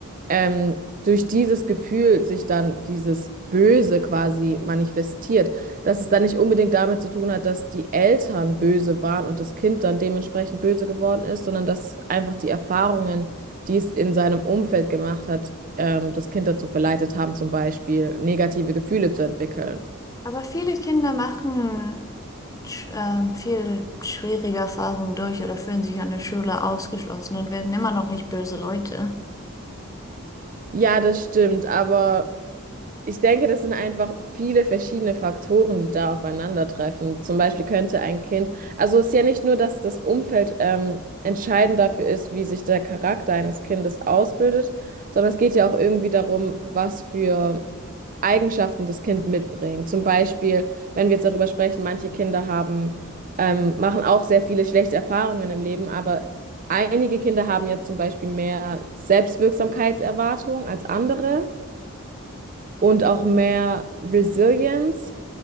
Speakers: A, on the right (about 40°); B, on the left (about 15°).
A: ähm, durch dieses Gefühl sich dann dieses Böse quasi manifestiert. Dass es dann nicht unbedingt damit zu tun hat, dass die Eltern böse waren und das Kind dann dementsprechend böse geworden ist, sondern dass einfach die Erfahrungen, die es in seinem Umfeld gemacht hat, ähm, das Kind dazu verleitet haben, zum Beispiel negative Gefühle zu entwickeln.
B: Aber viele Kinder machen sch- ähm, viel schwierige Erfahrungen durch oder fühlen sich an der Schule ausgeschlossen und werden immer noch nicht böse Leute.
A: Ja, das stimmt, aber ich denke, das sind einfach viele verschiedene Faktoren, die da aufeinandertreffen. Zum Beispiel könnte ein Kind, also es ist ja nicht nur, dass das Umfeld ähm, entscheidend dafür ist, wie sich der Charakter eines Kindes ausbildet, sondern es geht ja auch irgendwie darum, was für Eigenschaften das Kind mitbringt. Zum Beispiel, wenn wir jetzt darüber sprechen, manche Kinder haben, ähm, machen auch sehr viele schlechte Erfahrungen im Leben, aber einige Kinder haben ja zum Beispiel mehr Selbstwirksamkeitserwartung als andere und auch mehr Resilience,